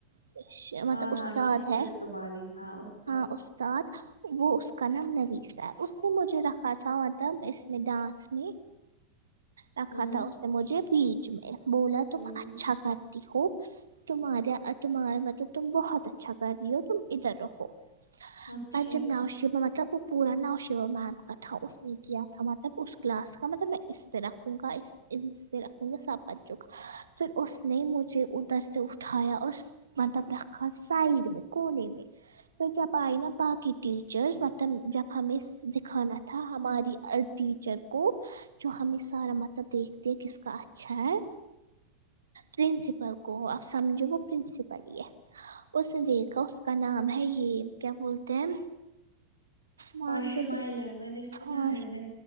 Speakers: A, on the right; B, on the left.
A: س اش
B: ہاں
A: مطلب
B: ہاں
A: استاد
B: شکشک
A: ہے
B: تمہاری ہاں اس
A: ہاں استاد وہ اسکا نام نویسہ ہے اسنے مجھے رکھا تھا مطلب اس میں ڈانس میں رکھا
B: ہوں
A: تھا اس نے مجھے بیچ میں بولا
B: ہوں
A: تم اچھا کرتی ہو تمہارا تمہارا مطلب تم بہت اچھا کر رہی ہو تم ادھر رہو
B: اچھا
A: پر جب نؤ شیما مطلب پورا ناشیوہ میم کا تھا اس نے کیا تھا مطلب اس کلاس کا مطلب میں اس پہ رکھوں گا اس اسمیں رکھوں گا سب بچوں کا پھر اس نے مجھے ادھر سے اٹھایا اور مطلب رکھا سائڈ میں کونے میں پر جب آئی نا باقی ٹیچرس مطلب جب ہمیں دکھانا تھا ہماری ٹیچر کو جو ہمیں سارا مطلب دیکھتے کس کا اچھا ہے پرنسپل کو آپ سمجھو وہ پرنسپل ہی ہے اس نے دیکھا اس کا نام ہے یہ کیا بولتے ہیں نام
B: پانچ شمائلہ
A: تو تم
B: میں نے سنا
A: ہاں
B: ہے میں